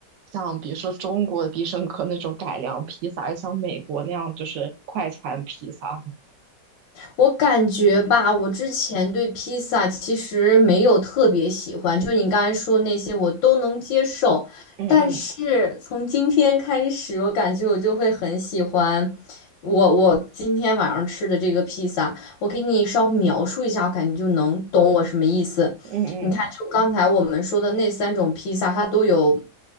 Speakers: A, on the right; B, on the left.
A: 像比如说中国的必胜客那种改良披萨，还是像美国那样就是快餐披萨？
B: 我感觉吧，我之前对披萨其实没有特别喜欢，就你刚才说那些我都能接受，
A: 嗯嗯
B: 但是从今天开始，我感觉我就会很喜欢我我今天晚上吃的这个披萨。我给你稍微描述一下，我感觉就能懂我什么意思。
A: 嗯
B: 你看，就刚才我们说的那三种披萨，它都有